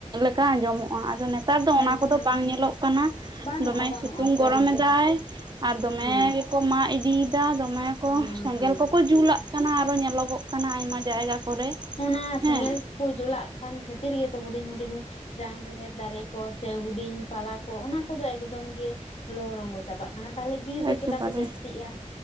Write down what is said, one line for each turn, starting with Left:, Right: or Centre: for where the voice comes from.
Right: ᱠᱟ ᱟᱸᱡᱚᱢᱚᱜᱼᱟ ᱟᱫᱚ ᱱᱮᱛᱟᱨ ᱫᱚ ᱚᱱᱟ
Left: ᱢᱮᱱᱠᱷᱟᱱ
Right: ᱠᱚᱫᱚ ᱵᱟᱝ ᱧᱮᱞᱚᱜ ᱠᱟᱱᱟ᱾
Left: ᱵᱟᱹᱱᱩᱜᱼᱟ
Right: ᱫᱚᱢᱮ
Left: ᱵᱟᱹᱱᱩᱜᱼᱟ
Right: ᱥᱤᱛᱩᱝ
Left: ᱥᱟᱹᱨᱤᱜᱮ
Right: ᱜᱚᱨᱚᱢᱫᱟᱭ ᱟᱨ ᱫᱚᱢᱮ
Left: ᱦᱮᱸ
Right: ᱠᱚ ᱢᱟᱜ ᱤᱫᱤᱭᱮᱫᱟ ᱫᱚᱢᱮ ᱠᱚ
Left: ᱦᱩᱸ
Right: ᱥᱮᱸᱜᱮᱞ
Left: ᱦᱩᱸ
Right: ᱠᱚᱠᱚ ᱡᱩᱞᱟᱜ ᱠᱟᱱᱟ ᱟᱨᱚ ᱧᱮᱞᱚᱜᱚᱜ ᱠᱟᱱᱟ ᱟᱭᱢᱟ ᱡᱟᱭᱜᱟ ᱠᱚᱨᱮ
Left: ᱚᱱᱟ
Right: ᱦᱮᱸ
Left: ᱥᱮᱸᱜᱮᱞ ᱠᱚᱠᱚ ᱡᱩᱞᱟᱜ ᱠᱟᱱ ᱠᱷᱟᱹᱛᱤᱨ ᱜᱮᱛᱚ ᱦᱩᱰᱤᱧ ᱦᱩᱰᱤᱧ ᱨᱟᱱ ᱨᱮᱦᱮᱫ ᱫᱟᱨᱮ ᱠᱚ ᱥᱮ ᱦᱩᱰᱤᱧ ᱯᱟᱞᱟ ᱠᱚ ᱚᱱᱟ ᱠᱚᱫᱚ ᱮᱠᱫᱚᱢ ᱜᱮ ᱞᱚ ᱨᱚᱝᱜᱚ ᱪᱟᱵᱟᱜ ᱢᱟ ᱛᱟᱦᱚᱞᱮ ᱵᱤᱨ ᱫᱚ
Right: ᱮᱠᱮᱵᱟᱨᱮ
Left: ᱪᱮᱠᱟᱛᱮ ᱡᱟᱹᱥᱛᱤᱜᱼᱟ᱾